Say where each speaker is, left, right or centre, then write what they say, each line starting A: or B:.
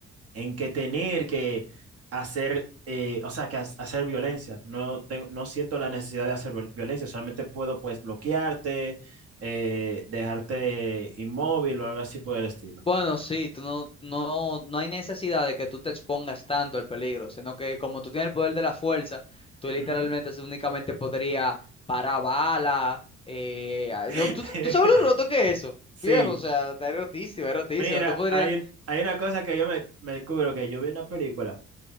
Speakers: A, on the right; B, on the left.
A: en que tener que hacer, eh, o sea, que ha- hacer violencia. No tengo, no siento la necesidad de hacer viol- violencia, solamente puedo pues bloquearte, eh, dejarte inmóvil o algo así por el estilo.
B: Bueno, sí, tú no, no, no hay necesidad de que tú te expongas tanto al peligro, sino que como tú tienes el poder de la fuerza, tú literalmente
A: Ujú.
B: se- únicamente podría parar bala. eh, ah,
A: <laughs>
B: no, ¿tú, tú sabes lo roto que es eso,
A: Sí,
B: viejo, o sea, está rotísimo, es rotísimo,
A: mira,
B: no te podrías...
A: hay, hay una cosa que yo me, me descubro, que yo vi una película.